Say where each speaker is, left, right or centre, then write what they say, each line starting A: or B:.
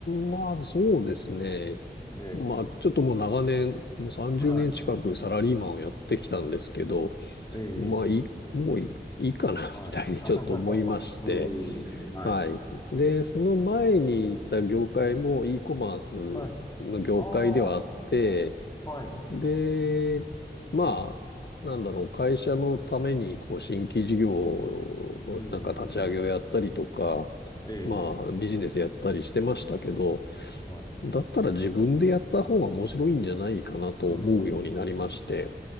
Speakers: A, on the left (about 65°); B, on the left (about 20°).
A: ん、まあ、そうですね。
B: ええ。
A: まあ、ちょっともう長年、もう30年近くサラリーマンをやってきたんですけど、
B: はい。ええ。
A: まあ、いい、もういい、いいかな、
B: はい。
A: <laughs> みたいにちょっと思いまして。
B: <laughs> うーん。はい。
A: はい。で、その前に行った業界も e コマースの業界ではあって、
B: はい。ああ、はい。
A: で、まあ、なんだろう、会社のために、こう、新規事業の、
B: うん、
A: なんか立ち上げをやったりとか、
B: うん。ええ、
A: まあ、ビジネスやったりしてましたけど、
B: はい。
A: だったら自分でやった方が面白いんじゃないかなと思うようになりまして、
B: うーん、